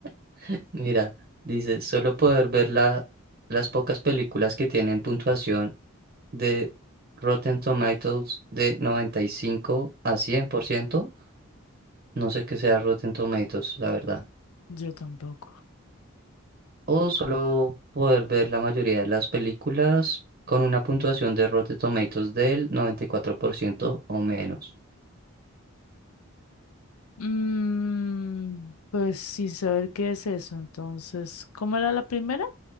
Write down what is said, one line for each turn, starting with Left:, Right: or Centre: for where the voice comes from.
Right: <laughs> Mira, dice, solo poder ver la, las pocas películas que tienen puntuación de Rotten Tomatoes de noventa y cinco a cien por ciento No sé qué sea Rotten Tomatoes, la verdad.
Left: Yo tampoco.
Right: o solo poder ver la mayoría de las películas con una puntuación de Rotten Tomatoes del 94% o menos.
Left: Mm, pues sin saber qué es eso, entonces, ¿cómo era la primera?